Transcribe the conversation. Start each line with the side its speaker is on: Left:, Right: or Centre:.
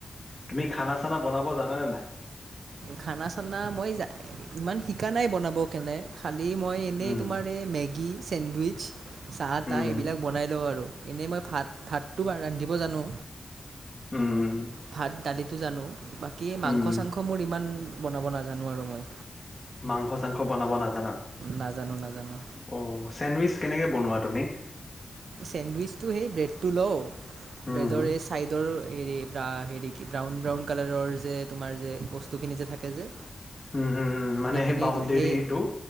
Left: তুমি খানা চানা বনাব জানে নে নাই।
Right: খানা চানা মই ইমান শিকা নাই বনাব কেনে খা। মই এনেই
Left: উম
Right: তোমাৰ এই মেগী। চেণ্ডৱিচ। চাহ
Left: উম,
Right: তাহ এইবিলাক বনাই লওঁ আৰু। এনেই মই ভাত ভাতটো ৰান্ধিব জানো।
Left: উম উম।
Right: ভাত দালি। জানো। বাকী মাংস
Left: উম,
Right: চাংস মোৰ ইমান। বনাব নাজানোঁ আৰু মই।
Left: মাংস চাংস বনাব না। জানা
Right: নাজানো নাজানো
Left: অ চেণ্ডৱিচ্। কেনেকে বনোৱা তুমি।
Right: চেণ্ডৱিচ্ সেই ব্ৰেডটো লওঁ
Left: উম,
Right: ব্ৰেডৰ এই চাইডৰ। হেৰি হেৰি কি ব্ৰাউন ব্ৰাউন কালাৰৰ যে তোমাৰ যে বস্তুখিনি যে থাকে যে।
Left: উম হম হম মানে
Right: সেইখিনি
Left: সেই বাউণ্ডেৰীটো।
Right: সেই